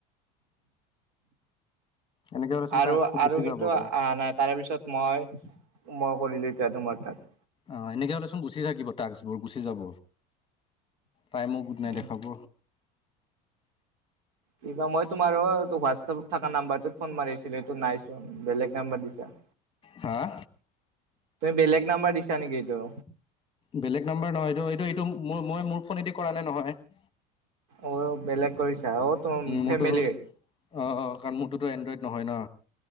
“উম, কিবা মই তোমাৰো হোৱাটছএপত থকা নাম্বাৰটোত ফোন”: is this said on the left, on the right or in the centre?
Right